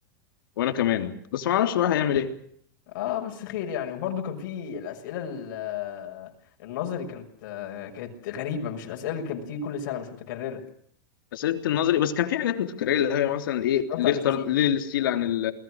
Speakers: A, on the left; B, on the left.
A: وانا كمان بس ما اعرفش بقى هيعمل ايه
B: اه بس خير يعني وبرده كان في الاسئله ال- آه، النظري كانت آه، كانت غريبه مش الاسئله اللي كانت بتيجي كل سنه مش متكرره
A: اسئله النظري بس كان في حاجات متكرره اللي هي مثلا ايه
B: السؤال
A: ليه
B: بتاع الستيل
A: اخترت ليه الستيل عن ال